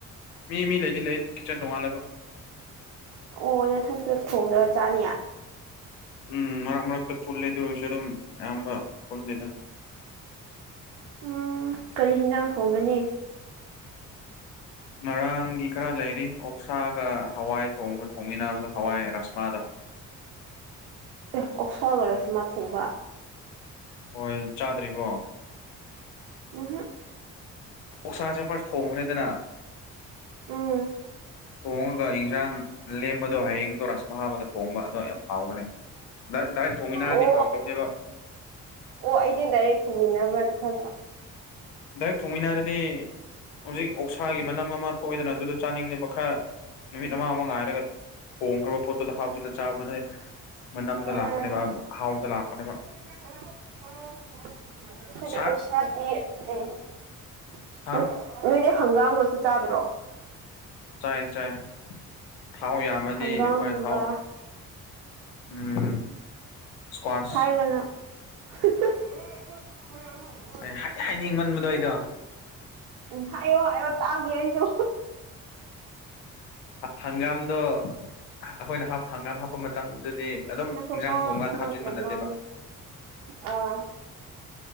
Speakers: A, on the left; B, on the right.
A: ꯃꯤ ꯃꯤ ꯂꯩꯗꯤ ꯂꯩ ꯀꯤꯠꯆꯟ ꯇꯣꯡꯉꯥꯜꯂꯦꯕ
B: ꯑꯣ ꯅꯊꯟꯇ ꯊꯣꯡꯗꯔ ꯆꯥꯅꯤꯌꯥ
A: ꯎꯝ ꯃꯔꯛ ꯃꯔꯛꯇ ꯄꯨꯜꯂꯤ ꯑꯗꯨ ꯑꯣꯏꯔꯁꯨ ꯑꯗꯨꯝ ꯑꯌꯥꯝꯕ ꯄꯨꯟꯗꯦꯗ
B: ꯎꯝ ꯀꯔꯤ ꯍꯤꯟꯖꯥꯡ ꯊꯣꯡꯒꯅꯤ
A: ꯉꯔꯥꯡꯒꯤ ꯈꯔ ꯂꯩꯔꯤ ꯑꯣꯛꯁꯥꯒ ꯍꯋꯥꯏ ꯊꯣꯡꯒ ꯊꯣꯡꯃꯤꯟꯅꯕꯗ ꯍꯋꯥꯏ ꯔꯥꯁꯃꯥꯗ
B: ꯑꯦ ꯑꯣꯛꯁꯋꯥ ꯑꯣꯏꯔꯁꯨ ꯃꯥ ꯊꯣꯡꯕ
A: ꯍꯣꯏ ꯆꯥꯗ꯭ꯔꯤꯕꯣ
B: ꯎꯝ ꯍꯨꯝ
A: ꯑꯣꯛꯁꯥꯁꯦ ꯐꯁ ꯊꯣꯡꯈ꯭ꯔꯦꯗꯅ
B: ꯎꯝ
A: ꯊꯣꯡꯉꯒ ꯏꯟꯖꯥꯡ ꯂꯦꯝꯕꯗꯣ ꯍꯌꯦꯡꯗꯣ ꯔꯥꯁ ꯃꯍ ꯍꯥꯕꯒ ꯊꯣꯡꯕ ꯑꯗꯣ ꯌꯥꯝ ꯍꯥꯎꯕꯅꯦ ꯗꯥꯏꯔꯦꯛ ꯗꯥꯏꯔꯦꯛ ꯊꯣꯡꯃꯤꯟꯅꯔꯗꯤ
B: ꯑꯣ
A: ꯍꯥꯎꯗꯕꯅꯦꯕ
B: ꯑꯣ ꯑꯩꯗꯤ ꯗꯥꯏꯔꯦꯛ ꯊꯣꯡꯃꯤꯟꯅꯕ꯭ꯔꯅ ꯈꯟꯕ
A: ꯗꯥꯢꯔꯦꯛ ꯊꯣꯡꯃꯤꯟꯅꯔꯗꯤ ꯍꯧꯖꯤꯛ ꯑꯣꯛꯁꯥꯒꯤ ꯃꯅꯝ ꯑꯃ ꯊꯣꯛꯏꯗꯅ ꯑꯗꯨꯗꯣ ꯆꯥꯅꯤꯡꯗꯦꯕ ꯈꯔ ꯅꯨꯃꯤꯠ ꯑꯃ ꯑꯃ ꯉꯥꯏꯔꯒ ꯊꯣꯡꯈ꯭ꯔꯕ ꯄꯣꯠꯇꯨꯗ ꯍꯥꯞꯆꯤꯜꯂ ꯆꯥꯕꯗꯨ ꯅꯣꯏ ꯃꯅꯝꯗ
B: ꯎꯝ
A: ꯂꯥꯛꯄꯅꯦꯕ ꯍꯥꯎꯗ ꯂꯥꯛꯄꯅꯦ
B: <inaudible> ꯑꯩꯈꯣꯏꯗꯤ
A: ꯁꯥꯛ
B: ꯑꯣꯁꯗꯤ ꯎ
A: ꯍꯥ
B: ꯅꯣꯏꯗꯤ ꯍꯪꯒꯥꯝꯒꯁꯨ ꯆꯥꯗ꯭ꯔꯣ
A: ꯆꯥꯏ ꯆꯥꯏ ꯊꯥꯎ ꯌꯥꯝꯃꯗꯤ
B: ꯍꯪꯒꯥꯝꯒꯨꯝꯕ
A: ꯑꯩꯈꯣꯏꯅ ꯊꯥꯎ ꯎꯝ ꯏꯁꯀ꯭ꯋꯥꯁ
B: ꯍꯥꯏꯔꯣ ꯅꯪ <unintelligible>
A: ꯑꯩ ꯍꯥꯏꯅꯤꯡꯃꯟꯕꯗꯣ ꯑꯩꯗꯣ
B: ꯍꯥꯏꯌꯣ ꯍꯥꯏꯌꯣ ꯇꯥꯒꯦ ꯑꯩꯁꯨ
A: ꯍꯪꯒꯥꯝꯗꯣ ꯑꯩꯈꯣꯏꯅ ꯍꯪꯒꯥꯝ ꯍꯥꯞꯄ ꯃꯇꯝꯗꯨꯗꯤ ꯑꯗꯨꯝ
B: ꯉꯥꯏꯈꯣꯀꯣ
A: ꯏꯟꯖꯥꯡ ꯊꯣꯡꯀꯥꯟꯗ
B: ꯅꯪ
A: ꯍꯥꯞꯆꯤꯟꯕ
B: ꯌꯥꯝ
A: ꯅꯠꯇꯦꯕ
B: ꯂꯥꯡꯉꯦ ꯑꯥ